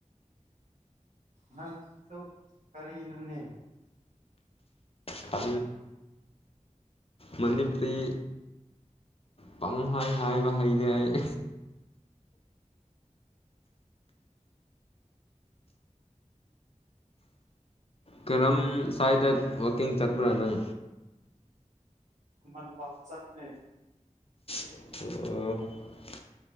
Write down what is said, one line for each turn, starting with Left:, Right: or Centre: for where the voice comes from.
Right: ꯅꯪꯁꯨ ꯀꯔꯤ ꯅꯣꯅꯦ
Left: ꯈ ꯃꯅꯤꯄꯨꯔꯤ ꯄꯪ ꯍꯥꯏ ꯍꯥꯏꯕ ꯍꯩꯔꯦ ꯑꯩ ꯀꯔꯝ ꯁ꯭ꯋꯥꯏꯗ ꯋꯥꯛꯀꯤꯡ ꯆꯠꯄ꯭ꯔꯥ ꯅꯪ
Right: ꯀꯅ ꯄꯥꯗꯦ ꯆ ꯄꯨꯅꯦ
Left: ꯑꯣ